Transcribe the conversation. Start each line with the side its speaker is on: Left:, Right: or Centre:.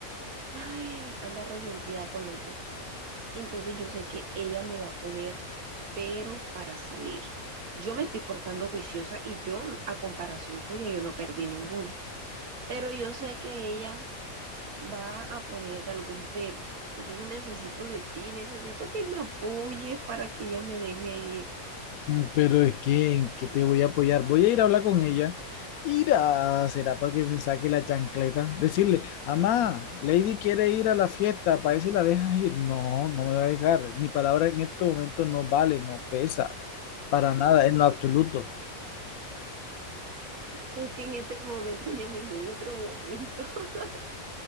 Right: ay, anda resentida con los dos. Entonces yo sé que ella me va a poner pero para salir. Yo me estoy portando juiciosa y yo, a comparación tuya, yo no perdí ninguna. Pero yo sé que ella va a poner algún pero. Entonces necesito de ti, necesito que me apoyes para que ella me deje ir.
Left: Mm, Pero es que, ¿en qué te voy a apoyar? Voy a ir a hablar con ella. Ir a, será para que me saque la chancleta. Decirle, mamá, Lady quiere ir a la fiesta, para si la dejas ir. No, no me va a dejar. Mi palabra en este momento no vale, no pesa, para nada, en lo absoluto.
Right: Es que en este momento ni en ningún otro momento, <laughs>